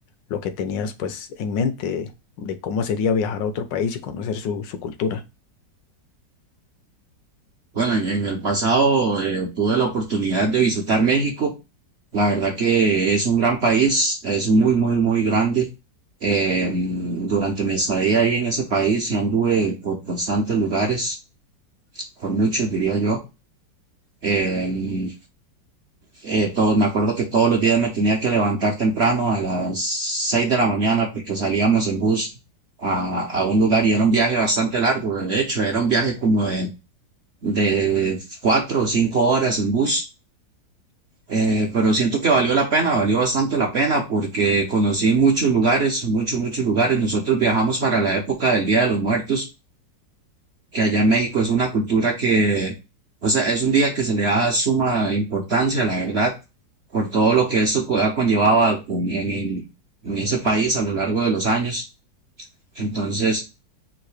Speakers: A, on the left; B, on the right.
A: lo que tenías pues en mente de cómo sería viajar a otro país y conocer su, su cultura.
B: Bueno, en, en el pasado eh, tuve la oportunidad de visitar México. La verdad que es un gran país, es muy, muy, muy grande. Eh, durante mi estadía ahí en ese país, y anduve por bastantes lugares, por muchos diría yo. Eh, eh, todo- me acuerdo que todos los días me tenía que levantar temprano a las seis de la mañana porque salíamos en bus a, a un lugar y era un viaje bastante largo. De hecho, era un viaje como de, de cuatro o cinco horas en bus. Eh, pero siento que valió la pena, valió bastante la pena porque conocí muchos lugares, muchos, muchos lugares. Nosotros viajamos para la época del Día de los Muertos, que allá en México es una cultura que, o sea, es un día que se le da suma importancia, la verdad, por todo lo que esto co- ha conllevado a- con- en, en- en ese país a lo largo de los años. Entonces,